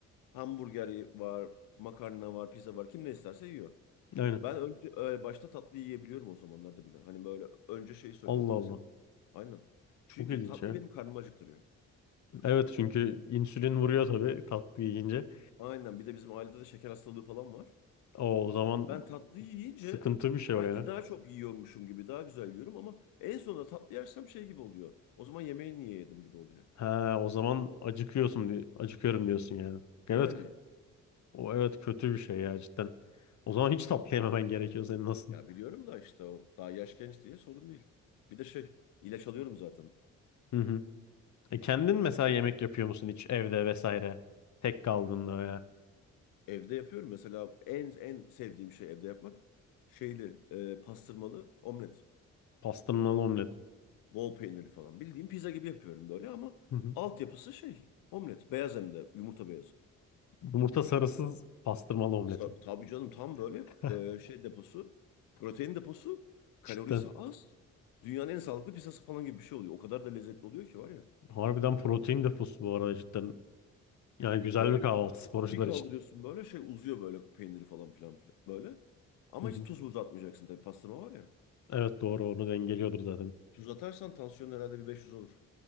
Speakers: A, on the left; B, on the left.
A: Hamburger ye- var, makarna var, pizza var. Kim ne isterse yiyor.
B: Aynen.
A: Ben önce e, başta tatlı yiyebiliyorum o zamanlarda bile. Hani böyle önce şey söylüyorum
B: Allah Allah.
A: mesela. Aynen. Çünkü
B: Çok ilginç
A: tatlı
B: ya.
A: benim karnımı acıktırıyor.
B: Evet çünkü insülin vuruyor tabii tatlı yiyince.
A: Aynen. Bir de bizim ailede de şeker hastalığı falan var.
B: O, o zaman
A: Ben tatlıyı yiyince
B: sıkıntı bir şey
A: sanki
B: o ya.
A: daha çok yiyormuşum gibi daha güzel yiyorum ama en sonunda tatlı yersem şey gibi oluyor. O zaman yemeği niye yedim gibi oluyor.
B: Ha o zaman acıkıyorsun diye acıkıyorum diyorsun yani. Evet
A: Yani
B: o evet kötü bir şey ya cidden. O zaman hiç tatlı yememen gerekiyor senin aslında.
A: ya biliyorum da işte o daha yaş genç diye sorun değil. Bir de şey ilaç alıyorum zaten.
B: Hı hı. E, kendin mesela yemek yapıyor musun hiç evde vesaire? Tek kaldığında veya
A: Evde yapıyorum mesela en en sevdiğim şey evde yapmak şeyli e, pastırmalı omlet.
B: pastırmalı omlet.
A: Bol peynirli falan. Bildiğim pizza gibi yapıyorum böyle ama
B: Hı hı.
A: altyapısı şey omlet. Beyaz hem de yumurta beyazı.
B: Yumurta sarısız pastırmalı omlet
A: Sa-
B: mi?
A: Tabii canım tam böyle
B: <laughs>
A: e, şey deposu, protein deposu, kalorisi
B: Cidden.
A: az, dünyanın en sağlıklı pizzası falan gibi bir şey oluyor. O kadar da lezzetli oluyor ki var ya.
B: Harbiden protein deposu bu arada cidden. Yani güzel
A: Böyle
B: bir kahvaltı sporcular
A: bir kaldırıyorsun
B: için.
A: böyle şey uzuyor böyle peyniri falan filan filan böyle. Ama
B: <laughs>
A: hiç tuz muz atmayacaksın tabii pastırma var ya.
B: Evet doğru onu dengeliyordur zaten.
A: Tuz atarsan tansiyon herhalde bir 500 olur.